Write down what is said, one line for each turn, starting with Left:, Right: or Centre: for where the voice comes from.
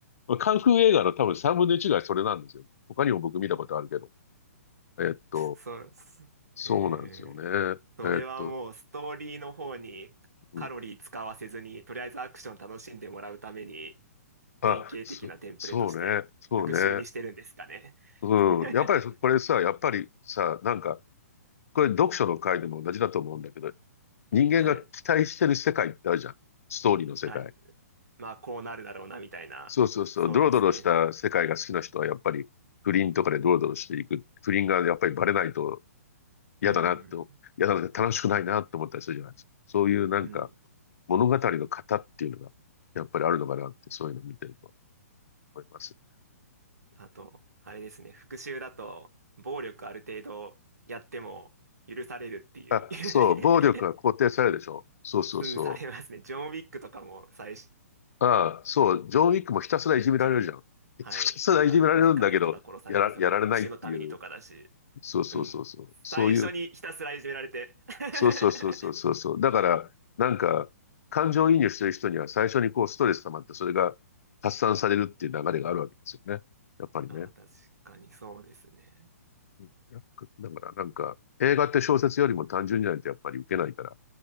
Left: まあカンフー映画の多分3分の1がそれなんですよ。他にも僕見たことあるけど。えっと、
Right: そう、すえー、
Left: そうなんですよね。
Right: それはもうストーリーの方にカロリー使わせずに、
Left: えっと、うん。
Right: とりあえずアクション楽しんでもらうために、
Left: あ、
Right: 典型的なテンプレとして復習にしてるんですかね。
Left: そ、そうね。そうね。うん。
Right: <laughs>
Left: やっぱりそこれさ、やっぱりさ、なんか、これ読書の回でも同じだと思うんだけど、人間が期待してる世界ってあるじゃん。
Right: はい。
Left: ストーリーの世界。
Right: あ、まあ、こうなるだろうな、みたいな。
Left: そうそうそう。
Right: そうですね。
Left: ドロドロした世界が好きな人はやっぱり不倫とかでドロドロしていく。不倫がやっぱりバレないと嫌だなと、
Right: うん。
Left: 嫌だな、楽しくないなって思ったりするじゃないですか。そういうなんか
Right: うん。
Left: 物語の型っていうのがやっぱりあるのかなって、そういうのを見てると思います。
Right: あと、あれですね、復讐だと、暴力ある程度やっても許されるっていう
Left: あ、そう、暴力が肯定されるでしょ。
Right: <laughs>
Left: そうそうそう。
Right: うん、されますね。ジョン・ウィックとかも最初
Left: ああ、そう、ジョン・ウィックもひたすらいじめられるじゃん。
Right: に、
Left: <laughs> ひたすらいじめられるんだけど、
Right: はい、なんか身近な人が殺されて、
Left: やら、
Right: それの復讐のためにとかだし、
Left: やられないっていう。そうそうそうそう。
Right: うん、
Left: そういう、
Right: 最初にひたすらいじめられて <laughs>
Left: そうそうそうそうそうそう。だから、なんか、感情移入してる人には最初にこうストレス溜まって、それが発散されるっていう流れがあるわけですよね。
Right: うん、
Left: やっぱりね。
Right: まあ確かにそうですね。
Left: うんやっぱだから、なんか、映画って小説よりも単純じゃないとやっぱり受けないから、